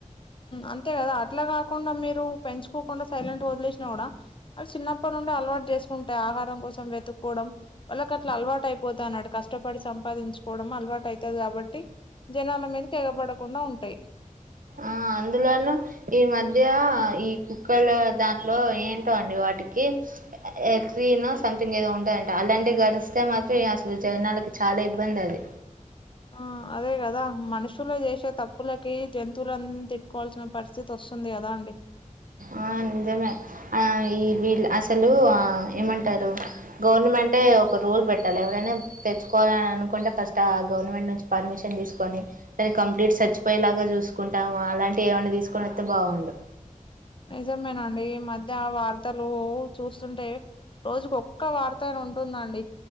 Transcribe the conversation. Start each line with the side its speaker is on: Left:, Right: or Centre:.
Left: అంతే కదా అట్లా కాకుండా మీరు పెంచుకోకుండా సైలెంట్ వదిలేసినా కూడా అవి చిన్నప్పటి నుండి అలవాటు చేసుకుంటాయి ఆహారం కోసం వెతుక్కోవడం వాళ్ళకు అట్లా అలవాటు అయిపోతది అన్నట్టు కష్టపడి సంపాదించుకోవడం అలవాటు అయితది కాబట్టి జనాల మీదకి ఎగబడకుండా ఉంటయి.
Right: ఆ అందులోను ఈ మధ్య ఈ కుక్కలు దాంట్లో ఏం టో అండి వాటికి ఎట్రినో సంథింగ్ ఏదో ఉంటదంట అలాంటివి కరిస్తే మాత్రం అసలు జనాలకి చాలా ఇబ్బంది అది.
Left: ఆ అదే కదా మనుషులు చేసే తప్పులకి జంతువులను తిట్టుకోవాల్సిన పరిస్థితి వస్తుంది కదా అండి.
Right: ఆ నిజమే ఆ ఈ వీళ్ళ అసలు ఆ ఏమంటరు గవర్నమెంటే ఒక రూల్ పెట్టాలి ఎవరైనా తెచ్చుకోవాలని అనుకుంటే ఫస్ట్ ఆ గవర్నమెంట్ నుంచి పర్మిషన్ తీసుకొని దాన్ని కంప్లీట్ సచ్చిపోయేలాగా చూసుకుంటాము అలాంటివి ఏమైనా తీసుకొనివత్తే బాగుండు.
Left: నిజమేనండి ఈ మధ్య వార్తలు చూస్తుంటే రోజుకు ఒక్క వార్తా అయినా ఉంటుందండి